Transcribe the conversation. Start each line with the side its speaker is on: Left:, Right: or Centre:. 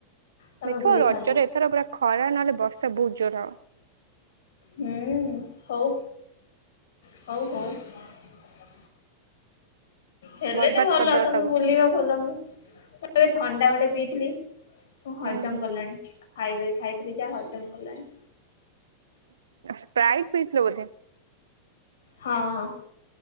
Left: ତମେ
Right: ଦେଖିବ
Left: ବୁଲିଥାନ୍ତ
Right: ରଜରେ ଏଥର ପୁରା ଖରା ନହେଲେ ବର୍ଷା ବହୁତ୍ ଜୋରେ ହବ।
Left: ହୁଁ ହଉ ହଉ ହଉ। <inaudible> ହେଲେତ
Right: ବର୍ବାଦ
Left: ଭଲ
Right: କରିଦବ
Left: ତମେ
Right: ସବୁ
Left: ବୁଲିବା ଭଲ ମୁ ମୁଁ ଏବେ ଥଣ୍ଡା ଗୋଟେ ପିଇଥିଲି। ମୁଁ
Right: ହୁଁ।
Left: ହଜମ କଲାଣି ଖାଇବା ଖାଇଥିଲି ଯାହା ହଜମ କଲାଣି।
Right: ସ୍ପ୍ରାଇଟ ପିଇଥିଲ ବୋଧେ?
Left: ହଁ ହଁ।